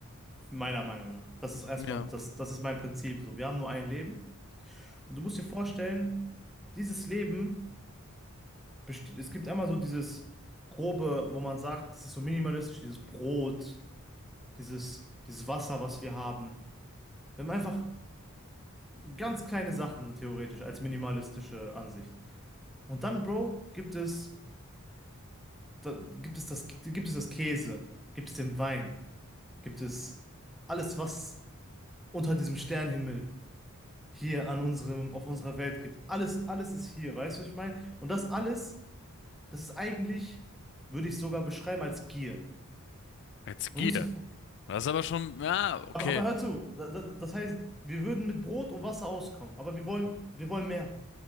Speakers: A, in the centre; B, on the left (about 55°).
A: meiner Meinung nach. Das ist erstmal,
B: Ja.
A: das, das ist mein Prinzip so. Wir haben nur ein Leben und du musst dir vorstellen, dieses Leben besti- es gibt einmal so dieses grobe, wo man sagt, das ist so minimalistisch, dieses Brot, dieses, dieses Wasser, was wir haben. Wir haben einfach ganz kleine Sachen theoretisch als minimalistische Ansicht. Und dann, Bro, gibt es, da, gibt es das, gibt es das Käse, gibt es den Wein, gibt es alles, was unter diesem Sternenhimmel hier an unserem, auf unserer Welt gibt. Alles, alles ist hier, weißt du, was ich meine? Und das alles, das ist eigentlich, würde ich sogar beschreiben als Gier.
B: Jetzt
A: Man
B: geh.
A: muss sich, vor-
B: Das ist aber schon, ja, okay.
A: Aber, aber hör zu, da- da- das heißt, wir würden mit Brot und Wasser auskommen, aber wir wollen, wir wollen mehr.